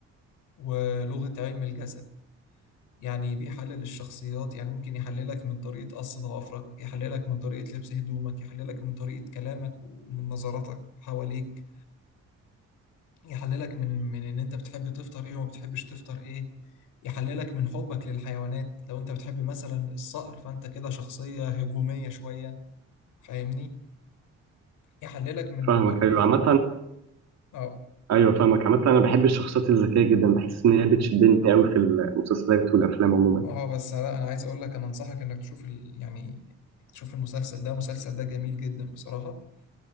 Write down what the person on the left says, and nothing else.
ولغة علم الجسد يعني بيحلل الشخصيات يعني ممكن يحللك من طريقة قص ضوافرك يحللك من طريقة لبس هدومك يحللك من طريقة كلامك ومن نظراتك حواليك يحللك من من ان انت بتحب تفطر ايه وما بتحبش تفطر ايه يحللك من حبك للحيوانات لو انت بتحب مثلا الصقر فانت كده شخصية هجومية شوية فاهمني يحللك من
البر
اه
اه بس لا انا عايز اقول لك انا انصحك انك تشوف ال... يعني تشوف المسلسل ده المسلسل ده جميل جدا بصراحة